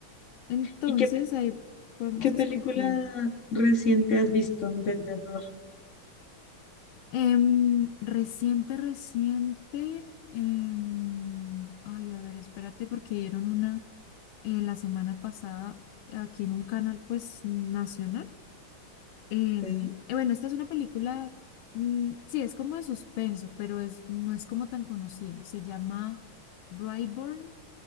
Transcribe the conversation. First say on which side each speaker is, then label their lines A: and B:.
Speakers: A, on the left (about 75°); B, on the left (about 50°).
A: Entonces,
B: ¿y qué, pe-
A: ahí podemos
B: qué película
A: escoger.
B: reciente has visto de terror?
A: Em, reciente, reciente. em, ay, a ver, espérate, porque dieron una eh, la semana pasada aquí en un canal, pues, nacional. Em,
B: ¿Sí?
A: eh, bueno, esta es una película, mm, sí, es como de suspenso, pero es, no es como tan conocida. Se llama Brightburn,